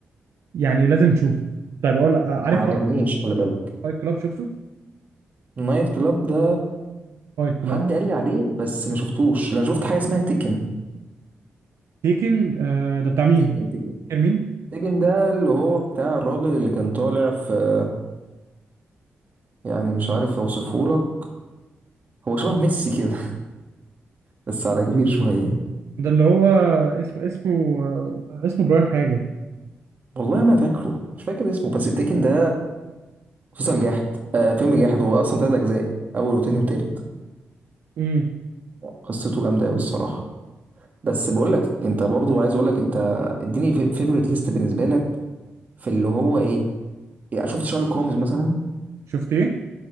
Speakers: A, on the right (about 75°); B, on the right (about 40°).
A: يعني لازم تشوف طيب اقول آه، عارف
B: ما عجبنيش خلي بالك
A: فايت كلاب شفته
B: نايت كلاب ده
A: فايت كلاب
B: حد قال لي عليه بس ما شفتوش لا، انا شفت حاجه اسمها تيكن
A: تيكن آه ده بتاع مين
B: تيكن تيكن
A: فاكر مين
B: تيكن ده اللي هو بتاع الراجل اللي كان طالع في يعني مش عارف اوصفه لك هو شبه ميسي كده بس على كبير شويه
A: ده اللي هو اسم اسمه آه اسمه براين حاجه
B: والله ما فاكره مش فاكر اسمه بس التيكن ده مسلسل جاحد آه فيلم جاحد هو اصلا تلات اجزاء اول وتاني وتالت
A: امم
B: قصته جامده قوي الصراحه بس بقول لك انت برضو عايز اقول لك انت اديني فيفورت ليست بالنسبه لك في اللي هو ايه يعني شفت شارلوك هومز مثلا
A: شفت ايه